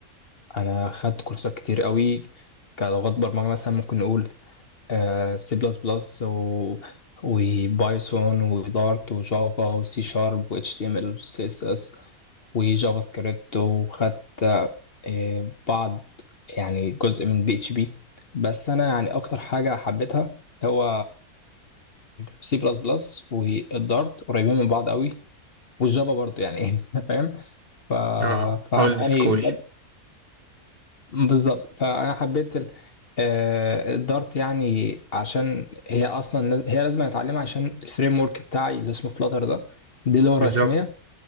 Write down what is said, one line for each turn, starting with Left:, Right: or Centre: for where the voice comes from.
Left: انا خدت كورسات كتير قوي كلغات برمجة مثلا ممكن نقول سي بلس بلس و وبايثون ودارت وجافا وسي شارب واتش تي ام ال وسي اس اس وجافا سكريبت وخدت آه، بعض يعني جزء من بي اتش بي بس انا يعني اكتر حاجه حبيتها هو سي بلس بلس والدارت قريبين من بعض قوي والجافا برضه يعني <laughs> فاهم ف
Right: اه
Left: فأنا
Right: اولد سكول
Left: يعني بجد- بالظبط فانا حبيت ال... آه، الدارت يعني عشان هي اصلا هي لازم اتعلمها عشان الفريم ورك بتاعي اللي اسمه فلاتر ده دي لغه
Right: بالظبط
Left: رسميه